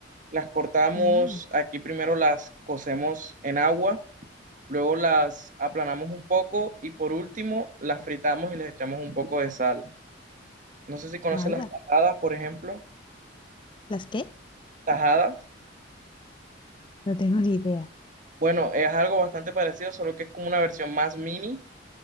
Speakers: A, on the right; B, on the left.
A: Las cortamos,
B: Mm,
A: aquí primero las cocemos en agua, luego las aplanamos un poco y por último las fritamos y les echamos un poco de sal. No sé si conoces
B: vaya,
A: las tajadas, por ejemplo.
B: ¿las qué?
A: Tajadas.
B: No tengo ni idea.
A: Bueno, es algo bastante parecido, solo que es como una versión más mini.